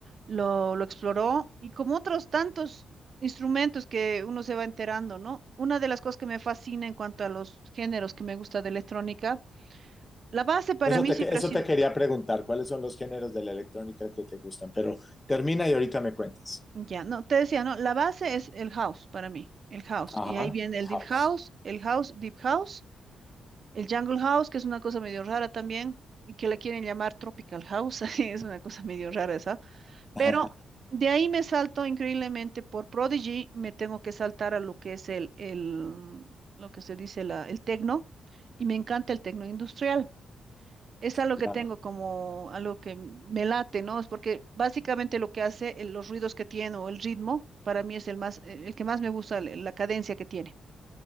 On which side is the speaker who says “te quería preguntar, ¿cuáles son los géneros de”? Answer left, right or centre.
Left